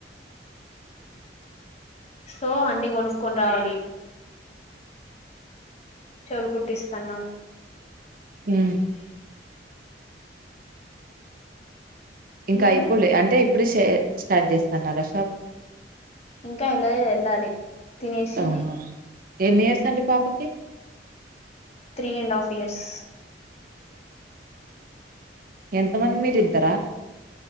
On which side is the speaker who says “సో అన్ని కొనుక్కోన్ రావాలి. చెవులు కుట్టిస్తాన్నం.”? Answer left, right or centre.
Left